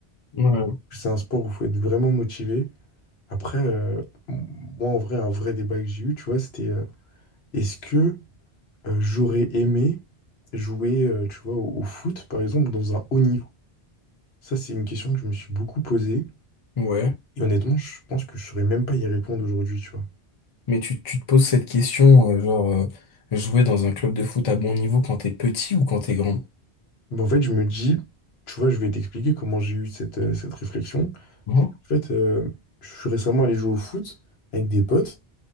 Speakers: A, on the left; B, on the left.
A: Ouais.
B: C'est un sport où il faut être vraiment motivé. Après, euh, m- moi, en vrai, un vrai débat que j'ai eu, tu vois, c'était euh, est-ce que euh, j'aurais aimé jouer, euh, tu vois, au au foot, par exemple, dans un haut niveau? Ça, c'est une question que je me suis beaucoup posée.
A: Ouais.
B: Et honnêtement, je pense que je saurais même pas y répondre aujourd'hui, tu vois.
A: Mais tu, tu te poses cette question, euh, genre, euh, jouer dans un club de foot à bon niveau quand t'es petit ou quand t'es grand?
B: Mais en fait, je me dis, tu vois, je vais t'expliquer comment j'ai eu cette, euh, cette réflexion.
A: Mhm.
B: C'est qu'en fait, euh, je suis récemment allé jouer au foot avec des potes.